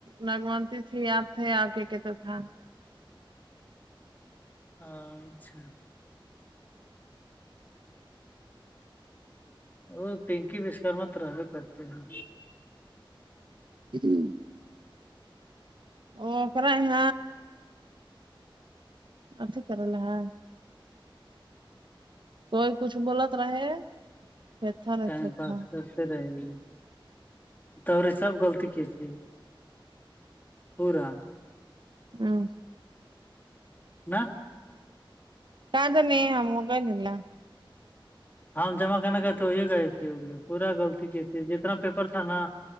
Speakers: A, on the right; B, on the left.
A: نگمتی تھی آپ تھے اور کہ کہ تو تھا
B: اچھا وہ پنکی بشکار م تو رہو کرتے ہیں
A: ہوں او اکر گ آچ کرارلہ ہ کوئی کچھ بولت رہے تھے تھا رہے
B: ٹائم
A: تھے
B: پاس
A: تھا
B: کرتے رہی گ ت رے سب غلطی کی تھی پورا
A: ہاں
B: نہ
A: تد نے ہم ہوگللہ
B: ہاں جمع کرنے گئے تھے وہی گئے تھی وہگی پورا غلطی کی تھی جتنا پیپر تھا نا